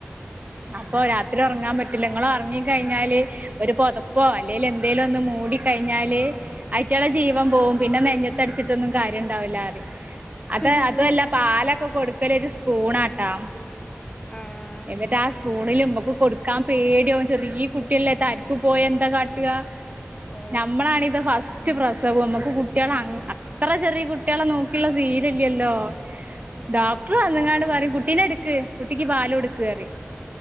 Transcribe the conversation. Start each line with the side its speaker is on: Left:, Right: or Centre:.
Right: അപ്പൊ രാത്രി ഒറങ്ങാൻ പറ്റില്ല നിങ്ങള് ഒറങ്ങി കഴിഞ്ഞാല് ഒരു പൊത ഇപ്പോ അല്ലെല് എന്തേലും ഒന്ന് മൂടി കഴിഞ്ഞാല് അയിറ്റള ജീവം പോകും പിന്നെ നെഞ്ഞത്ത് അടിച്ചിട്ടൊന്നും കാര്യം ഒണ്ടാവില്ല അറി അത്
Left: ഉം
Right: അതുവല്ല പാലൊക്കെ കൊടുക്കല് ഒരു സ്പൂണാട്ടാ
Left: ആഹ്
Right: എന്നിട്ട് ആ സ്പൂണില് മ്മക്ക് കൊടുക്കാ പേടിയാവും ചെറിയ കുട്ടിയല്ലെ തരിപ്പ് പോയ എന്താ കാ ട്ട് അ
Left: ഓ
Right: ഞമ്മളാണ് ഇത് ഫസ്റ്റ് പ്രസവം അമുക്ക്‌ കുട്ടികള് അങ്ങ് അത്ര ചെ കുട്ടികളെ നോക്കിയുള്ള സീരല്ലല്ലോ
Left: ഉം
Right: ഡോക്ടർ അങ്ങങ്ങാണ്ട് പറയും കുട്ടിനെ എടുക്ക് കുട്ടിക്ക് പാലും കൊടുക്കറി